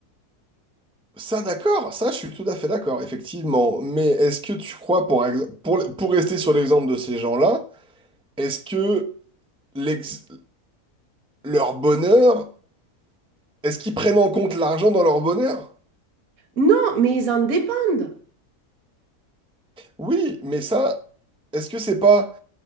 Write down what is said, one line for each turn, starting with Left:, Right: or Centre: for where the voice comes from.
Centre: Ça d'accord, ça je suis tout à fait d'accord, effectivement. Mais est-ce que tu crois, pour, ex- pour, pour rester sur l'exemple de ces gens-là, est-ce que l'ex- leur bonheur, est-ce qu'ils prennent en compte l'argent dans leur bonheur?
Right: Non, mais ils en dépendent.
Centre: Oui, mais ça, est-ce que c'est pas